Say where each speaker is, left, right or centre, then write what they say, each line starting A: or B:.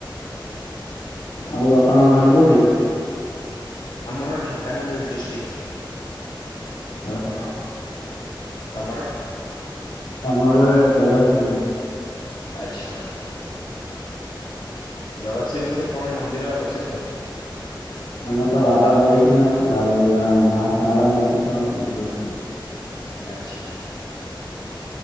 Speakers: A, on the left (about 80°); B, on the left (about 60°).
A: ଆଉ ଆପଣଙ୍କ ଘର କୋଉଠି?
B: ଆମର ଢେଙ୍କାନାଳ ଡିଷ୍ଟ୍ରିକ୍।
A: ଓ ହୋ।
B: ତମର?
A: ଆମର ଜଗତସିଂହପୁର।
B: ଆଚ୍ଛା। ଜଗତସିଂହପୁରରେ କଣ ମନ୍ଦିର ପ୍ରସିଦ୍ଧ?
A: ଆମର ତ ବାବା ଗୋରେଖନାଥ ଆଉ ହେଲା ମା ସାରଳା ଙ୍କ ପୀଠ ସେଠି ପ୍ରସିଧ।
B: ଆଚ୍ଛା।